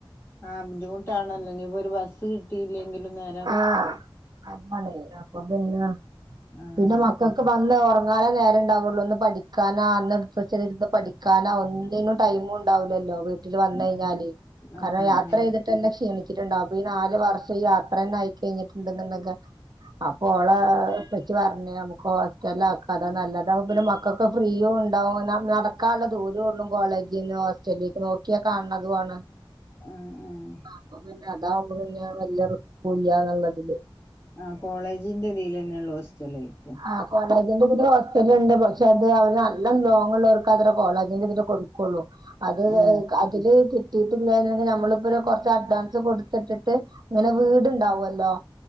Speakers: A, on the left; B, on the right.
A: ആഹ് ബുദ്ധിമുട്ടാണല്ലേ ഇനിപ്പൊ ഒരു ബസ് കിട്ടീലെങ്കിലും നേ
B: ആഹ് അത് പോലെ അപ്പം പിന്ന
A: ആഹ്
B: പിന്ന മക്ക ക്ക് വന്ന് ഒറങ്ങാനേ നേരം ഉണ്ടാവുള്ളൂ ഒന്ന് പഠിക്കാനാ അന്നെടുത്ത് വച്ച് എഴ്ത് പഠിക്കാനാ ഒ ഒന്നിനും ടൈമും ഉണ്ടാവില്ലല്ലോ വീട്ടില് വന്ന് കഴിഞ്ഞാല്
A: ആഹ്
B: കാരണം
A: ആഹ് ആഹ്
B: യാത്ര ചെയ്തിട്ട് തന്നെ ക്ഷീണിച്ചിട്ടുണ്ടാവും അപ്പ ഈ നാല് വർഷം യാത്ര തന്നെ ആയി കഴിഞ്ഞിട്ടുണ്ട ന്നുണ്ടെങ്ക അപ്പൊ ഓള ഉപ്പച്ചി പറഞ്ഞ് നമുക്ക് ഹോസ്റ്റലിലാക്കാ അതാ നല്ലത് ഇതാവുമ്പോ പിന്നെ മക്കക്ക് ഫ്രീയും ഒണ്ടാവും ന നടക്കാ ഒള്ള ദൂരേ ഉള്ളൂ കോളേജീന്ന് ഹോസ്റ്റലിലേക്ക് നോ ക്കിയാ കാണ് ണതു ആണ്
A: ആഹ് ആഹ്
B: അപ്പ പിന്നെ അതാവുമ്പോ പിന്നെ വലിയ റിസ് ക്കു ഇല്ല്യാന്നൊള്ളതില്
A: ആ കോളേജിന്റെ ഇതിലന്ന യൊള്ള ഹോസ്റ്റലേക്കും
B: ആ കോളേജിന്റെ ഇതിൽ ഹോസ്റ്റല് ഉണ്ട് പക്ഷെ അത് അവര് നല്ല ലോങ് ഉള്ളവർക്ക് അത്ര കോളേജിന്റെ ഇതില് കൊടു ക്കോളു അത്
A: ആഹ്
B: അ അതില് കിട്ട് കിട്ടീട്ടില്ലായിരുന്നെ <unintelligible> നമ്മളിപ്പൊരു കൊറച്ച് അഡ്വാൻസ് കൊടുത്തിട്ടിട്ട് ഇങ്ങനെ വീടുണ്ടാവല്ലോ